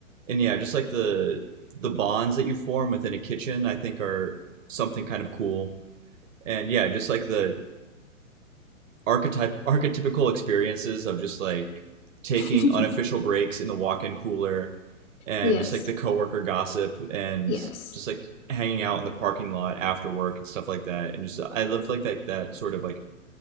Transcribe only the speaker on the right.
and yeah just like the the bonds that you form within a kitchen i think are something kind of cool and yeah just like the archetype archetypical experiences of just like taking
unofficial breaks in the walk-in cooler and
just like the coworker gossip and
just like hanging out in the parking lot after work and stuff like that and just i loved like that that sort of like